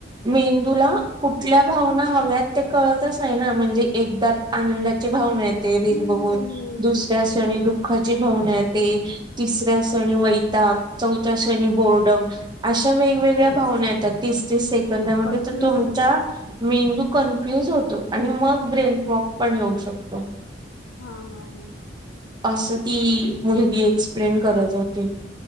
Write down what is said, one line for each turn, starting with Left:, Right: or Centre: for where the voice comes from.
Right: मेंदूला कुठल्या भावना हव्यात ते कळतच नाही ना म्हणजे एकदा आनंदाची भावना येते रील
Left: हम्म,
Right: बघून
Left: हम्म, हम्म,
Right: दुसऱ्यास
Left: हम्म.
Right: क्षणी दुःखाची भावना येते तिसऱ्या शनि वैताग. चौथ्या क्षणी बोर्डम अशा वेळी वेगवेगळ्या
Left: तेच
Right: भावना येतात तीस तीस सेकंदामध्ये
Left: कन्फ्यूज
Right: तर तुमच्या
Left: होतो
Right: मेंदू कन्फ्युज होतो. आणि मग ब्रेनफॉक पण येऊ शकतो.
Left: हा हा हा.
Right: असं ती मुलगी एक्सप्लेन करत होती